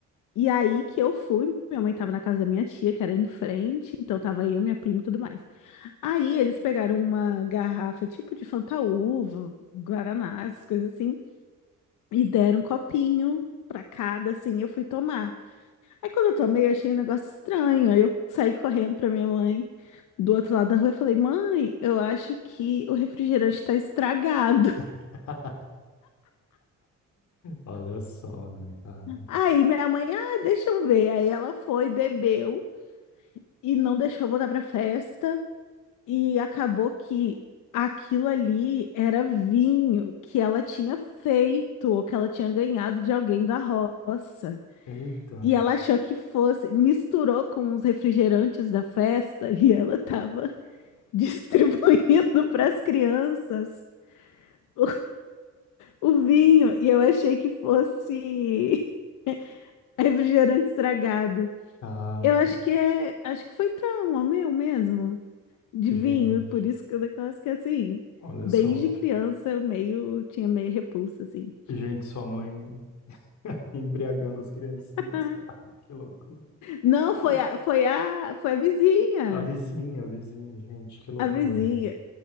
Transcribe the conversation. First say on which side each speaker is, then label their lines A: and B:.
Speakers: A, on the left; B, on the left.
A: E aí que eu fui, minha mãe tava na casa da minha tia, que era em frente, então tava eu, minha prima e tudo mais. Aí eles pegaram uma garrafa tipo de Fantaúva, Guaraná, essas coisas assim, e deram um copinho pra cada, assim, eu fui tomar. Aí quando eu tomei, eu achei um negócio estranho, aí eu saí correndo pra minha mãe do outro lado da rua e falei, mãe, eu acho que o refrigerante tá estragado. <laughs>
B: <laughs> Olha só, né, cara?
A: Aí minha mãe, ah, deixa eu ver. Aí ela foi, bebeu e não deixou eu voltar pra festa. E acabou que aquilo ali era vinho que ela tinha feito, que ela tinha ganhado de alguém da roça.
B: Eita,
A: E ela achou que fosse, misturou com os refrigerantes da festa <laughs> e ela estava <laughs> distribuindo para as crianças <laughs> o, o vinho. E eu achei que fosse <laughs> refrigerante estragado.
B: cara,
A: Eu acho que é, acho que foi trauma meu mesmo. de
B: gente,
A: vinho, por isso que o negócio é que assim,
B: olha
A: desde
B: só.
A: criança eu meio tinha meio repulsa assim.
B: Gente, sua mãe <laughs> embriagando as criancinhas,
A: Ah,
B: cara, que loucura.
A: Não,
B: Ah,
A: foi a foi a foi a vizinha,
B: a vizinha, a vizinha, gente, que loucura.
A: a vizinha.